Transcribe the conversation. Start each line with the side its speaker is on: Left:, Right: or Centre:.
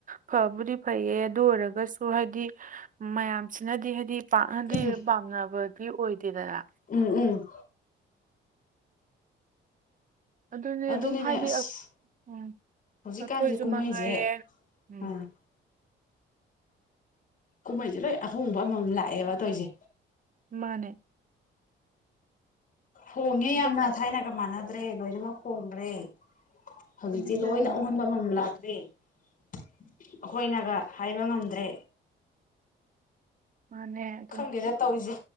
Right: ꯐꯕꯨꯗꯤ ꯐꯩꯌꯦ ꯑꯗꯨ ꯑꯣꯏꯔꯒꯁꯨ ꯁꯣ ꯍꯥꯏꯗꯤ ꯃꯌꯥꯝꯁꯤꯅꯗꯤ ꯍꯥꯏꯗꯤ ꯄꯥꯛꯅꯗꯤ
Left: ꯎꯝ
Right: ꯄꯥꯝꯅꯕꯗꯤ ꯑꯣꯏꯗꯦꯗꯅ
Left: ꯎꯝ ꯎꯝ
Right: ꯑꯗꯨꯅꯦ
Left: ꯑꯗꯨꯅꯤꯅꯦ
Right: ꯑꯗꯨꯝ ꯍꯥꯏꯗꯤ
Left: ꯑꯁ
Right: ꯎꯝ
Left: ꯍꯧꯖꯤꯛꯀꯥꯟꯁꯦ
Right: ꯑꯩꯈꯣꯏꯁꯨ
Left: ꯀꯨꯝꯍꯩꯁꯦ
Right: ꯃꯉꯥꯏꯔꯦ ꯎꯝ
Left: ꯑ ꯀꯨꯝꯍꯩꯁꯦ ꯂꯣꯏ ꯑꯍꯣꯡꯕ ꯑꯃꯃꯝ ꯂꯥꯛꯑꯦꯕ ꯇꯧꯔꯤꯁꯦ
Right: ꯃꯥꯅꯦ
Left: ꯍꯣꯡꯉꯦ
Right: ꯑꯗꯨ
Left: ꯌꯥꯝꯅ ꯊꯥꯏꯅꯒ ꯃꯥꯟꯅꯗ꯭ꯔꯦ ꯂꯣꯏꯅꯃꯛ ꯍꯣꯡꯈ꯭ꯔꯦ ꯍꯧꯖꯤꯛꯇꯤ
Right: ꯑꯗꯨꯅꯦ
Left: ꯂꯣꯏꯅ
Right: ꯑꯗꯨꯝ
Left: ꯑꯑꯣꯟꯕ ꯑꯃꯝ ꯂꯥꯛꯈ꯭ꯔꯦ ꯑꯩꯈꯣꯏꯅꯒ ꯍꯥꯏꯕ ꯉꯝꯗ꯭ꯔꯦ
Right: ꯃꯅꯦ
Left: ꯈꯪꯗꯦꯗ ꯇꯧꯔꯤꯁꯦ